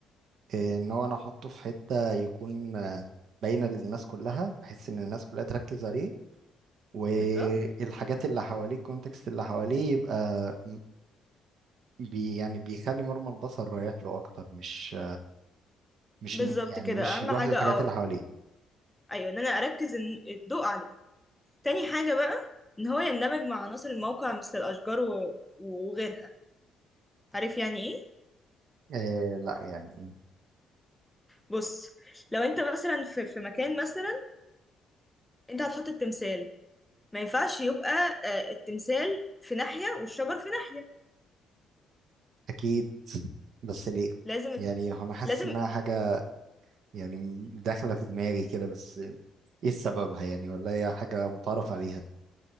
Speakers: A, on the right (about 60°); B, in the centre.
A: إيه، ان هو انا احطه في حتة يكون آه، باينة للناس كلها بحيث ان الناس كلها تركز عليه والحاجات
B: بالظبط
A: اللي حواليه الكونتكست اللي حواليه يبقى م- بي يعني بيخلي مرمى البصر رايح له اكتر مش مش
B: بالظبط
A: يعني
B: كده
A: مش
B: اهم
A: الواحد
B: حاجه
A: الحاجات
B: اه
A: اللي حواليه
B: ايوه ان انا اركز إن- الضوء عليه تاني حاجه بقى ان هو يندمج مع عناصر الموقع مثل الاشجار و- وغيرها عارف يعني ايه
A: آه لا يعني
B: بص لو انت مثلا في في مكان مثلا انت هتحط التمثال ما ينفعش يبقى آه، التمثال في ناحيه والشجر في ناحيه
A: اكيد بس ليه
B: لازم
A: يعني هو انا حاسس
B: لازم
A: انها حاجه يعني داخله في دماغي كده بس ايه سببها يعني ولا هي حاجه متعرف عليها